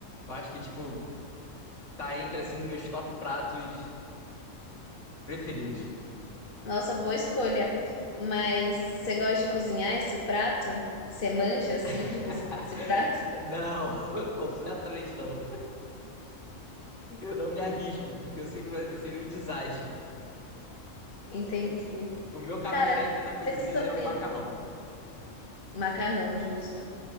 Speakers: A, on the left; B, on the left.
A: Eu acho que, tipo, tá entre, assim, meus top pratos preferidos.
B: Nossa, boa escolha. Mas você gosta de cozinhar esse prato? Você manja, assim,
A: <laughs>
B: de cozinhar esse prato?
A: Não, <laughs> completamente não. Eu não me arrisco, porque eu sei que vai- seria um desastre.
B: <laughs> Entendi.
A: O meu carro-chefe
B: Cara,
A: na cozinha
B: coisa sobre
A: é o macarrão.
B: macarrão, justo.